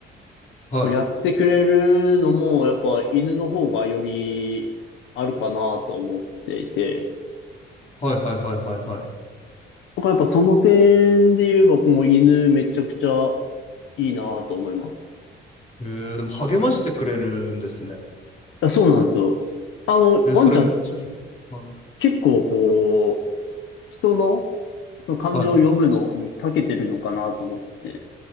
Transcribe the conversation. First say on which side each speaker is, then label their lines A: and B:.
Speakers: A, on the left; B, on the left.
A: はい。
B: こうやってくれるのも、やっぱ犬の方がよりあるかなと思っていて、
A: はいはいはいはいはい。
B: なんかやっぱその点で言えば、もう犬めちゃくちゃいいなと思います。
A: えー、でも励ましてくれるんですね。
B: いやそうなんですよ。あの、
A: えー、
B: ワンちゃん
A: それめっちゃいい。はい。
B: 結構こう、人の、その感情を読むのに長けてるのかなと思って。
A: はい。